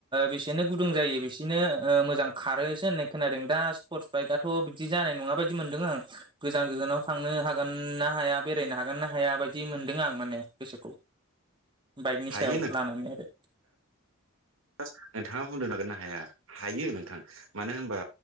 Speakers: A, on the right (about 25°); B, on the right (about 85°).
A: बेसेनो गुदुं जायो बिसेनो मोजां खारोसो होननाय खोनादों दा स्पर्टस बाइकआथ' बिदि जानाय नङा बायदि मोनदों आं गोजान गोजानाव थांनो नो हागोनना हाया बेरायनो हागोन ना हाया बायदि मोन्दों आं माने गोसोखौ बाइकनि
B: हायो
A: सायाव लानानै आरो
B: जास्त नोंथाङा बुंदों हागोन ना हाया हायो नोंथां मानो होनबा